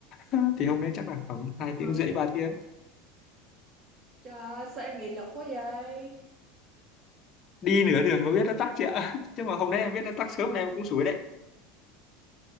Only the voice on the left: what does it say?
<laughs> thì hôm đấy chắc là khoảng hai
tiếng rưỡi ba tiếng
đi nửa đường mới biết nó tắc chị ạ <laughs> chứ mà hôm nay em biết nó tắc sớm này em cũng sủi đấy